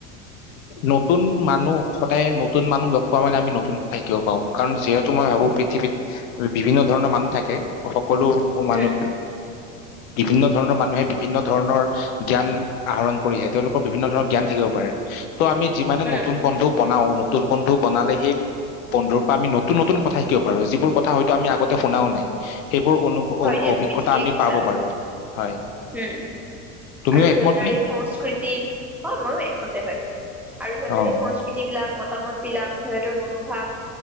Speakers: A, on the left (about 80°); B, in the centre.
A: নতুন মানুহ সদায় নতুন মানুহ লগ পোৱা মানে আমি নতুন কথা শিকিব পাৰো কাৰণ যিহেতু মই ভাবো পৃথিৱীত বিভিন্ন ধৰণৰ মানুহ থাকে সক সকলো অ মানৱ
B: উম
A: বিভিন্ন ধৰণৰ মানুহে বিভিন্ন ধৰণৰ জ্ঞান আহৰণ কৰি আহে তেওঁলোকৰ বিভিন্ন ধৰণৰ জ্ঞান থাকিব পাৰে ত' আমি যিমানে
B: উম
A: নতুন বন্ধু বনাও নতুন বন্ধু বনালে সেই বন্ধুৰ পৰা আমি নতুন নতুন কথা শিকিব পাৰো যিবোৰ কথা হয়তো আমি আগতে শুনাও নাই সেইবোৰ অনু
B: হয় দিয়া
A: অভিজ্ঞতা
B: তুমি ঠিকেই
A: আমি
B: কৈছা
A: পাব পাৰো হয়
B: উম
A: তুমিও
B: আৰু সিহঁতৰ
A: একমত নে?
B: এই সংস্কৃতি হয় ময়ো একমতে হয় আৰু সিহঁতৰ
A: অ
B: এই সংস্কৃতি বিলাক মত মতামত বিলাক সিহতৰ মনোভাৱ